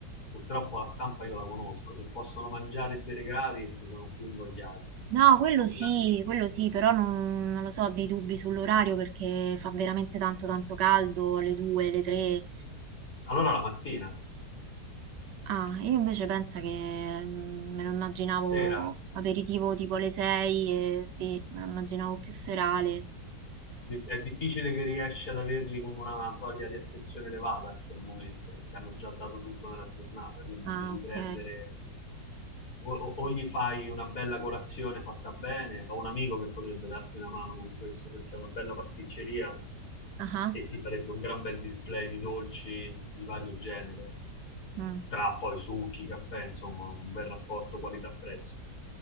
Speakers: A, on the left; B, on the right.
A: purtroppo la stampa io la conosco, se possono mangiare e bere gratis sono più invogliati.
B: No, quello
A: E quella-
B: sì, quello sì, però non, non lo so, ho dei dubbi sull'orario perché fa veramente tanto tanto caldo, alle 2, alle 3.
A: Allora la mattina,
B: Ah, io invece penso che mm, me lo immaginavo
A: sera.
B: aperitivo tipo alle 6, e sì, me lo immaginavo più serale.
A: di- è difficile che riesci ad averli con una soglia di attenzione elevata in quel momento, perché hanno già dato tutto nella giornata, quindi
B: Ah,
A: li devi
B: ok.
A: prendere o, o- o gli fai una bella colazione fatta bene, ho un amico che potrebbe darti una mano con questo, perché ha una bella pasticceria
B: Ah, ah.
A: e ti farebbe un gran bel display di dolci di vario genere,
B: Mm.
A: tra poi succhi, caffè, insomma, un bel rapporto qualità-prezzo.